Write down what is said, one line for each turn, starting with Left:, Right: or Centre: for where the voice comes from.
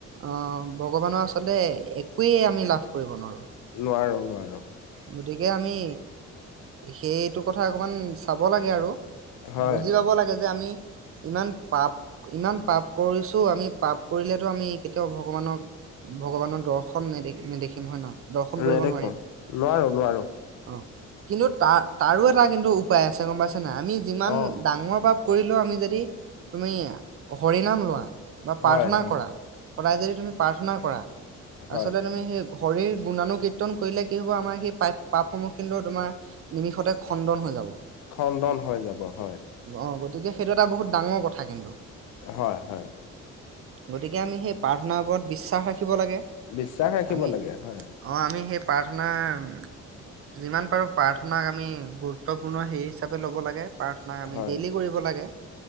Right: অ ভগৱানৰ, আচলতে একুইয়ে আমি লাভ কৰিব নোৱাৰো।
Left: নোৱাৰো নোৱাৰো।
Right: গতিকে আমি, সেইটো কথা অকমান চাব লাগে আৰু।
Left: হয়
Right: বুজি পাব লাগে যে আমি ইমান পাপ, ইমান পাপ কৰিছো। আমি পাপ কৰিলেতো আমি এতিয়াও ভগৱানক, ভগৱানৰ দৰ্শন নেদে নেদেখিম হয় নে নহয়? দৰ্শন কৰিব
Left: নেদেখো
Right: নোৱাৰিম।
Left: নোৱাৰো নোৱাৰো
Right: অ কিন্তু তাৰ তাৰো এটা কিন্তু উপায় আছে গম পাইছে নাই আমি যিমান
Left: অ
Right: ডাঙৰ পা কৰিলেও আমি যদি তুমি হৰিনাম, লোৱা বা প্ৰাৰ্থনা,
Left: হয় হয়
Right: কৰা। সদায় যদি তুমি প্ৰাৰ্থনা, কৰা।
Left: হয়
Right: আচলতে তুমি সেই হৰিৰ গুণানুকীৰ্তন, কৰিলে কি হ'ব আমাৰ সেই পাই পাপসমূহ তোমাৰ নিমিষতে খণ্ডন হৈ যাব।
Left: খণ্ডন হৈ যাব হয়।
Right: অ গতিকে সেইটো এটা বহুত ডাঙৰ কথা। কিন্তু
Left: হয় হয়।
Right: গতিকে আমি সেই প্ৰাৰ্থনাৰ, ওপৰত বিশ্বাস ৰাখিব লাগে।
Left: বিশ্বাস ৰাখিব
Right: আমি
Left: লাগে হয়
Right: অ আমি সেই প্ৰাৰ্থনা প্ৰাৰ্থনা যিমান পাৰো প্ৰাৰ্থনাক, আমি গুৰুত্বপূৰ্ণ সেই হিচাপে ল'ব লাগে। প্ৰাৰ্থনা, আমি
Left: হয়
Right: ডেইলি কৰিব লাগে।